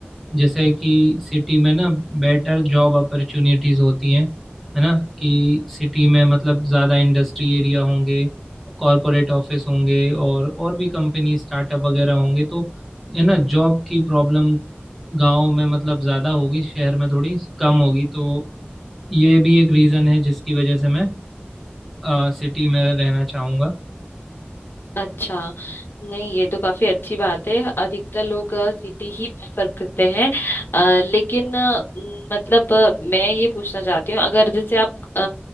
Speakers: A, in the centre; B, on the left.
A: जैसे कि सिटी में ना बेटर जॉब अपॉर्चुनिटीज़ होती हैं है ना कि सिटी में मतलब ज़्यादा इंडस्ट्री एरिया होंगे कॉरपोरेट ऑफिस होंगे और और भी कंपनी स्टार्टअप वगैरह होंगे तो है ना जॉब की प्रॉब्लम गांव में मतलब ज़्यादा होगी शहर में थोड़ी कम होगी तो ये भी एक रीज़न है जिसकी वजह से मैं आ, सिटी में रहना चाहूंगा
B: अच्छा नहीं ये तो काफी अच्छी बात है अधिकतर लोग अ, सिटी ही प्रेफर करते हैं अ, लेकिन अ, म, मतलब अ, मैं ये पूछना चाहती हूँ अगर जैसे आप अ,